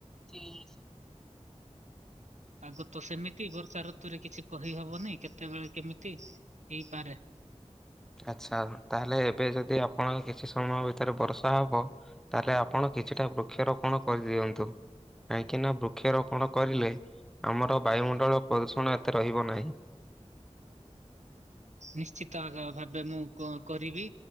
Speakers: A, in the centre; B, on the right.
A: ଠିକ।
B: ଆଗ ତ ସେମିତି ବର୍ଷା ଋତୁରେ କିଛି କହିହବନି କେତେବେଳେ କେମିତି? ହେଇପାରେ।
A: ଆଚ୍ଛା ତାହେଲେ ଏବେ ଯଦି ଆପଣ କିଛି ସମୟ ଭିତରେ ବର୍ଷା ହବ। ତାହେଲେ ଆପଣ କିଛିଟା ବୃକ୍ଷରୋପଣ କରିଦିଅନ୍ତୁ। କାହିଁକି ନା ବୃକ୍ଷରୋପଣ କରିଲେ ଆମର ବାୟୁମଣ୍ଡଳ ପ୍ରଦୂଷଣ ଏତେ ରହିବ ନାହିଁ।
B: ନିଶ୍ଚିତ ଭାବେ ମୁଁ କରିବି